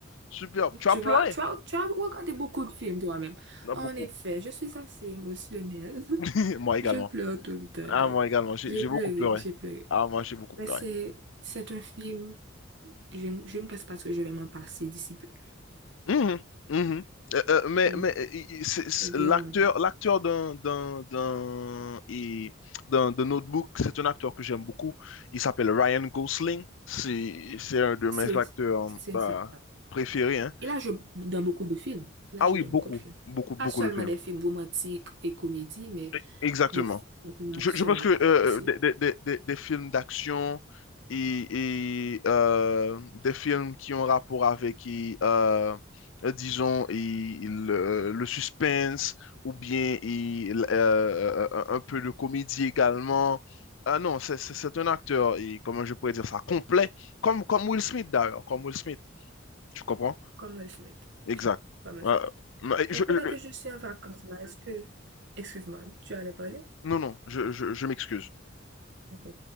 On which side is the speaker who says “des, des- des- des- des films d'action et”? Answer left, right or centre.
Left